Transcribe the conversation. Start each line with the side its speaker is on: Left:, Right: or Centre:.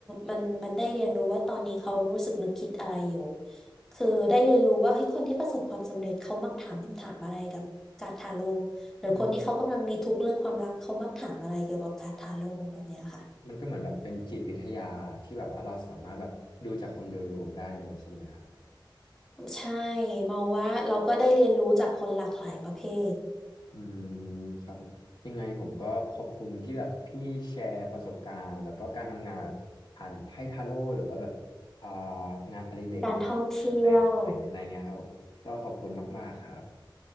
Centre: มันมันได้เรียนรู้ว่าตอนนี้เขารู้สึกนึกคิดอะไรอยู่คือได้เรียนรู้ว่าเฮ้ยคนที่ประสบความสำเร็จเขามักถามคำถามอะไรกับการ์ดทาโร่หรือคนที่เขากำลังมีทุกข์เรื่องความรักเขามักถามอะไรเกี่ยวกับการ์ดทาโร่แบบเนี้ยค่ะ
Left: อืมมันก็เหมือนแบบเป็นจิตวิทยาที่แบบว่าเราสามารถแบบดูจากคนโดยรวมได้เลยใช่ไหมครับ
Centre: ใช่มองว่าเราก็ได้เรียนรู้จากคนหลากหลายประเภท
Left: อืมครับผมยังไงผมก็ขอบคุณที่แบบพี่แชร์ประสบการณ์แล้วก็การทำงานแบบอ่านไพ่ทาโร่หรือว่าแบบอ่างานอดิเรกที่แปลกๆใหม่อะไรเงี้ยครับผมก็ขอบคุณมากๆครับ
Centre: การท่องเที่ยว